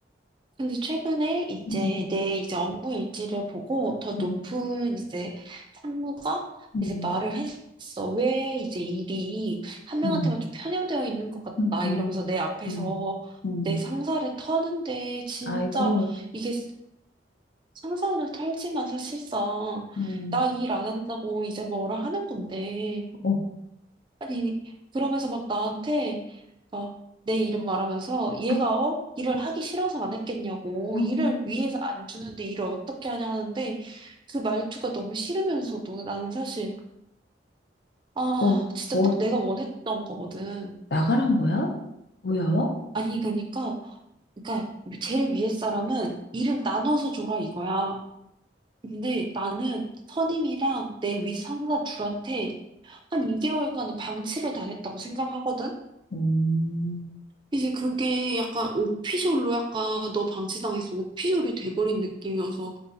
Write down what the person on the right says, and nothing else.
근데 최근에 이제
내 이제 업무 일지를 보고 더
높은 이제 상무가
이제 말을 했어. 왜 이제 일이 한 명한테만
좀 편향되어 있는 것 같다.
이러면서 내 앞에서
내 상사를 터는데 진짜
이게 상사를 털지만 사실상
나 일 안 한다고 이제 뭐라 하는 건데.
아니, 그러면서 막 나한테 막 내 이름 말하면서 얘가
어? 일을 하기 싫어서 안 했겠냐고
일을 위해서 안 주는데 일을 어떻게 하냐 하는데 그 말투가 너무 싫으면서도 나는 사실 아
진짜
딱 내가 원했던 거거든.
아니 그러니까 그러니까 제일 위에 사람은 일을 나눠서 줘라 이거야. 근데 나는 선임이랑 내 윗상사 둘한테 한 2개월간은 방치를 당했다고 생각하거든.
이제 그게 약간 오피셜로 약간 너 방치당해서 오피셜이 돼버린 느낌이어서